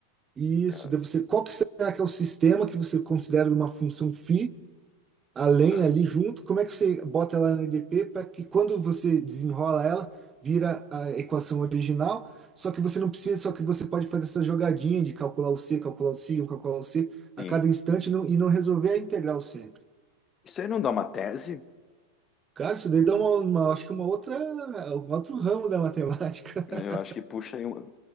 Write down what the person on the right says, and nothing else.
Isso,
daí você, qual que será que é o sistema que você considera uma função φ a lenha
ali junto, como é que você bota ela na EDP para que quando você desenrola ela, vira a equação original, só que você não precisa, só que você pode fazer essa jogadinha de calcular o C, calcular o C, um, calcular o C a
cada instante e não, e não resolver a integral sempre.
Cara, isso daí dá uma, uma- acho que uma outra, um outro ramo da matemática.
<laughs>